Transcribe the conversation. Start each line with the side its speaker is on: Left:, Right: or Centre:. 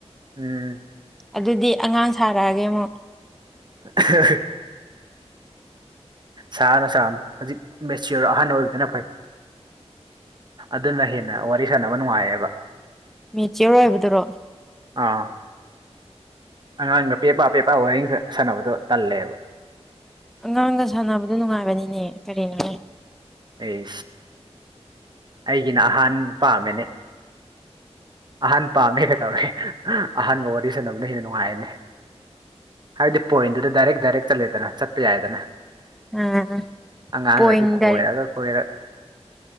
Right: ꯎꯝ
Centre: ꯑꯗꯨꯗꯤ ꯑꯉꯥꯡ ꯁꯥꯔꯛꯑꯒꯦ ꯑꯃꯨꯛ
Right: <unintelligible> ꯁꯥꯥꯛꯑꯅꯨ ꯁꯥꯅꯨ ꯍꯧꯖꯤꯛ ꯃꯦꯁꯤꯌꯣꯔ ꯑꯍꯥꯟꯕ ꯑꯣꯏꯕꯗꯨꯅ ꯐꯩ ꯑꯗꯨꯅ ꯍꯦꯟꯅ ꯋꯥꯔꯤ ꯁꯥꯟꯅꯕ ꯅꯨꯡꯉꯥꯏꯌꯦꯕ
Centre: ꯃꯦꯆꯌꯔ ꯑꯣꯏꯕꯗꯨꯔꯣ
Right: ꯑꯥ ꯑꯉꯥꯡꯒ ꯄꯦꯄꯥ ꯄꯦꯄꯥ ꯋꯥꯔꯡ ꯁꯥꯟꯅꯕꯗꯣ ꯇꯂꯦꯕ
Centre: ꯑꯉꯥꯡꯒ ꯁꯥꯟꯅꯕꯗꯣ ꯅꯨꯡꯉꯥꯏꯕꯅꯤꯅꯦ ꯀꯔꯤꯅꯣ
Right: ꯑꯦ ꯑꯩꯒꯤꯅ ꯑꯍꯥꯟ ꯄꯥꯝꯃꯦꯅꯦ ꯑꯍꯥꯟ ꯄꯥꯝꯃꯦ ꯀꯩꯇꯧꯔꯦ ꯑꯍꯟꯒ ꯋꯥꯔꯤ ꯁꯥꯟꯅꯕꯅ ꯍꯦꯟꯅ ꯅꯨꯡꯉꯥꯏꯔꯅꯤ ꯍꯥꯏꯕꯗꯤ ꯄꯣꯏꯟꯗꯨꯗ ꯗꯥꯏꯔꯦꯛ ꯗꯥꯏꯔꯦꯛ ꯆꯠꯂꯦꯗꯅ ꯆꯠꯄ ꯌꯥꯏꯗꯅ
Centre: ꯑꯥ
Right: ꯑꯉꯥꯡꯗꯗꯤ
Centre: ꯄꯣꯏꯟ
Right: ꯈꯣꯏꯔꯒ
Centre: ꯗꯥꯏꯔꯦꯛ
Right: ꯈꯣꯏꯔ